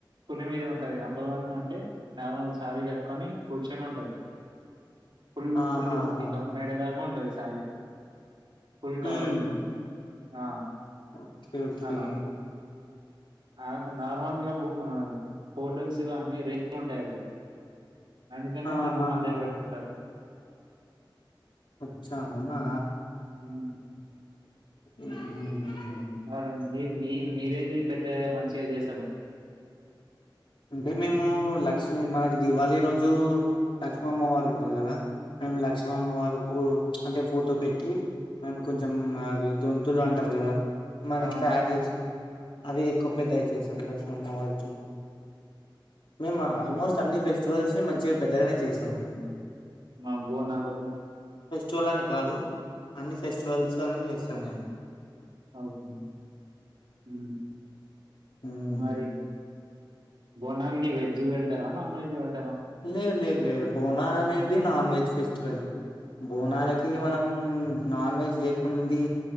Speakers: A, on the right (about 70°); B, on the left (about 75°).
A: పులి మీద ఉంటది అంబవయం అంటే. నార్మల్ శారీ కట్టుకొని కూర్చొని ఉంటది ఫుల్
B: ఆహాహా
A: ఫుల్లు ఇ మేడేదా ఉంటది సారీ ఫుల్
B: హ్మ్
A: కవర్ ఉంటది ఆ
B: ఓకే ఓకే
A: అలా ఆ నార్మల్గా భూ ఆ ఫొటోస్ అన్ని రేట్లు ఉంటాయి అవి అందుకనే
B: ఆహాహా
A: దుర్గమాతవి వేట్కుంటారు
B: అచ్చా అవునా
A: ఉమ్.
B: మ్ హుమ్ ఉహుమ్
A: మరి మీ మీ మీరేది పెద్ద మంచిగాది చేస్తారు
B: అంటే మేము లక్ష్మి మనకి దివాళి రోజు జు లక్ష్మమ్మవారు ఉంటారు కదా మేము లక్ష్మమ్మ వారుకు అంటే ఫోటో పెట్టి మేము కొంచెం అవి తొంతులు అంటారు కదా మనకి
A: ఆ
B: తయారు చేసినా అవి ఎక్కువ పెద్దవి చేస్తాము అమ్మవారికి మేమ్ ఆల్మోస్ట్ అన్ని ఫెస్టివల్స్ ని మంచిగా పెద్దగానే చేస్తాం మేము
A: మా బోన్లు
B: చాలని కాదు అన్ని ఫెస్టివల్స్ అని చేస్తారు తనేను
A: అవుతుంది ఉమ్
B: ఉమ్.
A: మరి బోనాలు కి వెజ్ వెడతారా నాన్ వెజ్ పెడతా
B: లేదు లేదు లేదు బోనాలు అనేది నాన్ వెజ్ ఫస్ చూవలె బోనాలకి
A: ఆ
B: మనం ఉమ్ నాన్ వెజ్ లేకుండా